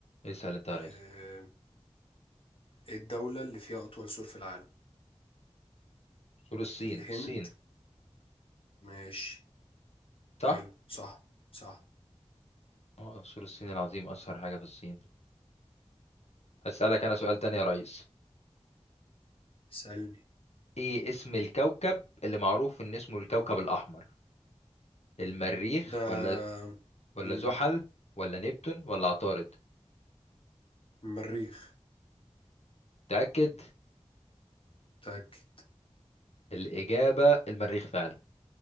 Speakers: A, on the left (about 70°); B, on the left (about 50°).
A: اسال انت يا ريس
B: آه، إيه الدولة اللي فيها أطول سور في العالم
A: سور الصين
B: الهند
A: الصين
B: ماشي
A: صح
B: حلو صح صح
A: اه سور الصين العظيم اشهر حاجه في الصين اسالك انا سؤال تاني يا ريس
B: سألني
A: ايه اسم الكوكب اللي معروف ان اسمه الكوكب الاحمر المريخ
B: ده
A: ولا ولا
B: مم.
A: زحل ولا نبتون ولا عطارد
B: مريخ
A: تاكد
B: متأكد
A: الاجابه المريخ فعلا